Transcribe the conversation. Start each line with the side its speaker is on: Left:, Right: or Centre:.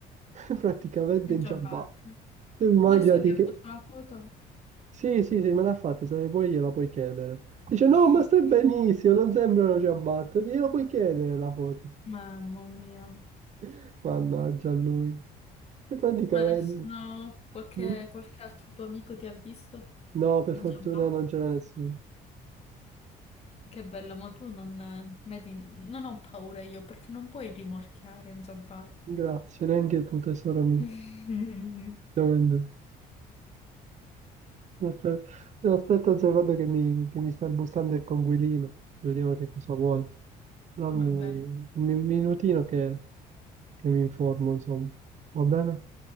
Right: <laughs> praticamente
Left: In
Right: in
Left: ciabatte.
Right: ciabatte. Tu immaginati
Left: Nessuno ti
Right: che...
Left: ha fatto la foto?
Right: Sì, sì, sì, me l'ha fatta, se ne puoi gliela puoi chiedere. Dice,
Left: <laughs>
Right: no, ma stai benissimo, non sembrano ciabatte. Gliela puoi chiedere la foto.
Left: Mamma mia.
Right: <laughs> Mannaggia a lui. E praticamente...
Left: Ma nessuno, qualche,
Right: Mm?
Left: qualche altro tuo amico ti ha visto
Right: No, per
Left: in
Right: fortuna
Left: giabba?
Right: non c'era nessuno.
Left: Che bello, ma tu non, vedi, non ho paura io perché non puoi rimorchiare in giabbatta.
Right: Grazie, neanche tu, tesoro mio.
Left: <laughs>
Right: Siamo in due. Aspe- no, Aspetta un secondo che mi, che mi sta bussando il conguilino. Vediamo che cosa vuole. Dammi
Left: Va bene,
Right: dammi un minutino che, che mi informo, insomma. Va bene?